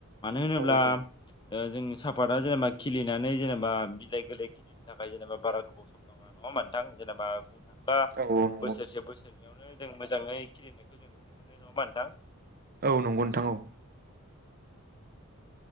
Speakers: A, on the left (about 20°); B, on the right (about 40°).
A: मानो होनोब्ला।
B: औ औ
A: दा जोंनि सापाता जेनेबा खिलिनानै जेनेबा बिलाइ गोरलै खिलिनो थाखाय जेनेबा बारा गोबाव सम दङ नङा नोंथां जेनेबा। ओ
B: औ औ नंगौ
A: बोसोरसे बोसोरनैयावनो जों मोजाङै खिलिनायखौ जों नुनो मोनो नङा मोनदां
B: औ नंगौ नोंथां औ। <unintelligible>